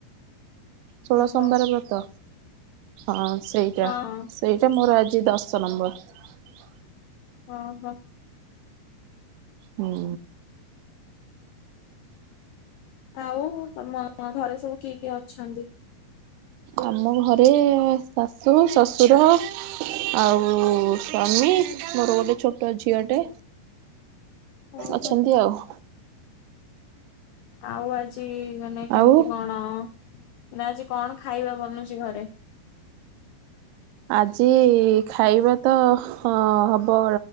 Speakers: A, on the right; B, on the left.
A: ଷୋଳ
B: ଓହୋ
A: ସୋମବାର ବ୍ରତ ହଁ। ସେଇଟା
B: ହଁ
A: ସେଇଟା ମୋର ଆଜି ଦଶ ନମ୍ବର।
B: ଅ ହୋ।
A: ହୁଁ।
B: ଆଉ ତମ ଘରେ ସବୁ କିଏ କିଏ ଅଛନ୍ତି?
A: ଆମ ଘରେ ଶାଶୁ, ଶଶୁର, ଆଉ ସ୍ଵାମୀ, ମୋର ଗୋଟେ ଛୋଟ ଝିଅଟେ
B: ଓହୋ
A: ଅଛନ୍ତି ଆଉ।
B: ଆଉ ଆଜି ମାନେ କେମିତି
A: ଆଉ
B: କଣ ନା ଆଜି କଣ ଖାଇବା ବନୁଛି ଘରେ?
A: ଆଜି ଖାଇବା ତ ହଁ ହବ